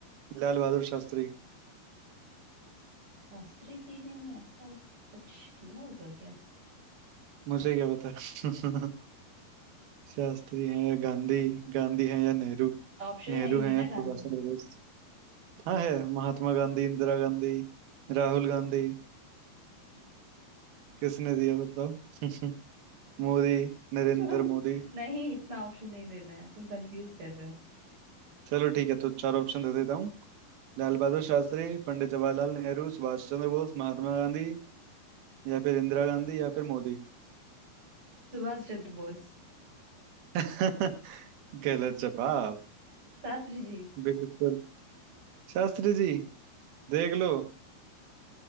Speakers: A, on the right; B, on the right.
A: लाल बहादुर शास्त्री
B: शास्त्री जी ने ऐसा कुछ किया होगा क्या
A: मुझे क्या पता <laughs> शास्त्री हैं या गांधी गांधी हैं या नेहरू
B: ऑप्शन
A: नेहरू
B: है ही नहीं
A: हैं
B: ना
A: या
B: गांधी
A: सुभाष
B: में
A: चंद्र बोस हाँ है महात्मा गांधी इंदिरा गांधी राहुल गांधी किसने दिया बताओ <laughs> मोदी नरेंद्र
B: <laughs>
A: मोदी
B: नहीं इतना ऑप्शन नहीं देना है तुम कंफ्यूज कर रहे हो
A: चलो ठीक है तो चार ऑप्शन दे देता हूँ लाल बहादुर शास्त्री पंडित जवाहरलाल नेहरू सुभाष चंद्र बोस महात्मा गांधी या फिर इंदिरा गांधी या फिर मोदी
B: सुभाष चंद्र बोस
A: <laughs> गलत जवाब
B: शास्त्री जी
A: बिल्कुल शास्त्री जी देख लो